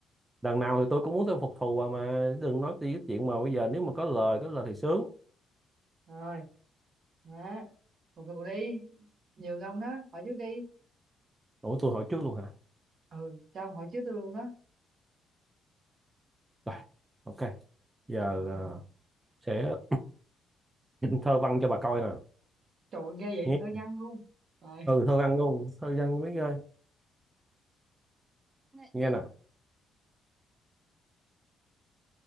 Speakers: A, on the right; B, on the right.
A: đằng nào thì tôi cũng muốn tôi phục thù bà mà đừng nói tí cái chuyện mà bây giờ nếu mà có lời có lời thì sướng
B: Rồi, đó. Phục thù đi. Nhiều ông đó, hỏi trước đi.
A: ủa tôi hỏi trước luôn hả
B: Ừ, cho ông hỏi trước tôi luôn đó.
A: rồi ok giờ là
B: Rồi.
A: sẽ <clears throat> thơ văn cho bà coi nè
B: Trời ơi, ghê vậy,
A: Nghe.
B: hơi nhăn luôn. Rồi,
A: ừ thơ văn luôn thơ văn biết ơi nghe nè